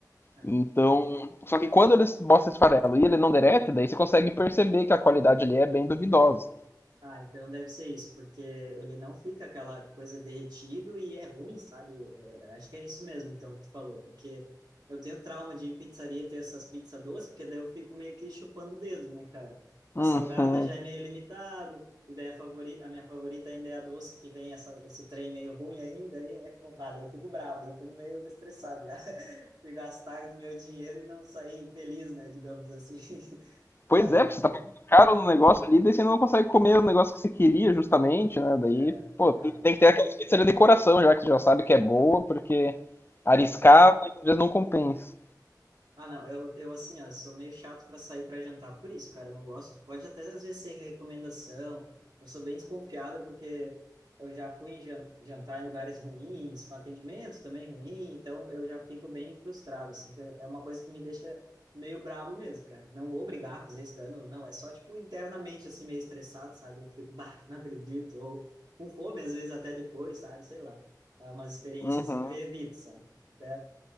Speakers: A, on the right; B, on the left.
A: Ah,
B: Então,
A: não.
B: só que quando eles botam esse farelo e ele não derrete, daí você consegue perceber que a qualidade ali é bem duvidosa.
A: Ah, então deve ser isso, porque ele não fica aquela coisa derretido e é ruim, sabe? É, acho que é isso mesmo, então, que tu falou, porque eu tenho trauma de ir em pizzaria ter essas pizzas doces, porque daí eu fico meio que chupando o dedo, né, cara? A
B: Uhum.
A: salgada já é meio limitado, e daí a favorita, a minha favorita ainda é a doce, que vem essa, esse trem meio ruim aí, daí é, co- ah, daí eu fico bravo, daí eu fico meio estressado já, <laughs> de gastar meu dinheiro e não sair feliz, né, digamos assim. <laughs> Ah,
B: Pois é,
A: não,
B: porque você tá
A: daí
B: pagando
A: é bravo.
B: caro no negócio ali, daí você não consegue comer o negócio que você queria, justamente, né? Daí,
A: É,
B: pô,
A: ah,
B: tem
A: não.
B: tem que ter aquela pizza de decoração, já que você já sabe que é boa, porque arriscar
A: Exato.
B: muitas vezes não compensa.
A: Ah, não, eu, eu assim, ó, eu sou meio chato para sair para jantar, por isso, cara, eu não gosto. Pode até às vezes ser recomendação. Eu sou bem desconfiada porque eu já fui em jan- jantar em lugares ruins, com atendimento também ruim, então eu já fico bem frustrado, assim, que é uma coisa que me deixa meio brabo mesmo, cara. Não vou obrigar a fazer escândalo, não, é só tipo internamente assim meio estressado, sabe? Eu fico, <laughs> bah, não acredito, ou com fome às vezes até depois, sabe? Sei lá. É uma experiência
B: Uhum.
A: assim que eu evito, sabe? Até